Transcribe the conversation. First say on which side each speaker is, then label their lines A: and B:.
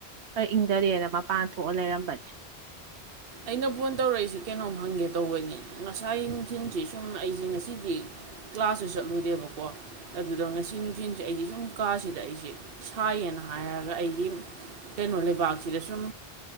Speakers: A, on the right; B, on the right.
A: ꯈꯔ ꯏꯪꯊꯔꯦꯅ ꯃꯄꯥꯟ ꯊꯣꯛꯑ ꯂꯩꯔꯝꯕꯅꯤ
B: ꯑꯩꯅ ꯐꯣꯟ ꯇꯧꯔꯛꯏꯁꯤ ꯀꯩꯅꯣꯝ ꯍꯪꯒꯦ ꯇꯧꯕꯅꯤ ꯉꯁꯥꯏ ꯅꯨꯡꯊꯤꯟꯁꯤ ꯁꯨꯝ ꯑꯩꯁꯦ ꯉꯁꯤꯗꯤ ꯀ꯭ꯂꯥꯁꯁꯨ ꯆꯠꯂꯨꯗꯦꯕꯀꯣ ꯑꯗꯨꯗ ꯉꯁꯤ ꯅꯨꯡꯊꯤꯟꯁꯤ ꯑꯩꯗꯤ ꯁꯨꯝ ꯀꯥꯁꯤꯗ ꯑꯩꯁꯦ ꯁꯥꯏꯌꯦꯅ ꯍꯥꯏꯔꯒ ꯑꯩꯒꯤ ꯀꯩꯅꯣ ꯂꯩꯕꯥꯛꯁꯤꯗ ꯁꯨꯝ